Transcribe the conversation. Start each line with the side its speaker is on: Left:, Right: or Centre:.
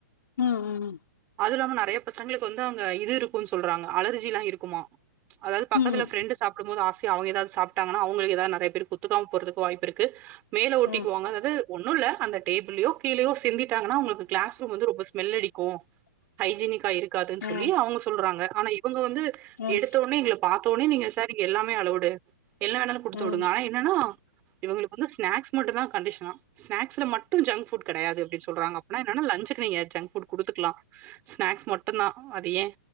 Left: ம் ம் ம்
Right: அது இல்லாம நிறைய பசங்களுக்கு வந்து அவங்க இது இருக்கும்ன்னு சொல்றாங்க அலர்ஜி எல்லாம் இருக்குமா அதாவது பக்கத்து
Left: ம்
Right: ஃப்ரண்டு சாப்பிடும் போது ஆச அவங்க ஏதாவது சாப்பிட்டாங்கன்னா அவங்களுக்கு ஏதாவது நிறைய பேருக்கு ஒத்துக்காம போறதுக்கு வாய்ப்பு இருக்கு மேல ஒட்டிவாங்க
Left: ம்
Right: அதாது ஒண்ணும் இல்ல அந்த டேபிளயோ கீழேயோ சிந்தட்டாங்கன்னா அவங்களுக்கு கிளாஸ் ரூம் வந்து ரொம்ப ஸ்மெல் அடிக்கும் ஹைஜீனிக்கா இருக் காதுன்னு
Left: ம்
Right: சொல்லி அவங்க சொல்றாங்க ஆனா இவங்க வந்து
Left: ம்
Right: எடுத்த உடனே எங்களை பாத்த உடனே நீங்க சார் இங்க எல்லாமே அலவுட் என்னா வேணாலும் குடுத்து
Left: ம்
Right: விடுங்க ஆனா என்னன்னா இவங்களுக்கு வந்து ஸ்நாக்ஸ் மட்டும் தான் கண்டிஷனா ஸ்க்ஸ்ல மட்டும் ஜங்க் ஃபுட் கிடையாது அப்படின்னு சொல்றாங்க அப்படின்னா என்னனா லஞ்சுக்கு நீங்க ஜங்க் ஃபுட் குடுத்துகலாம் ஸ்நாக்ஸ் மட்டும்தான் அது ஏன்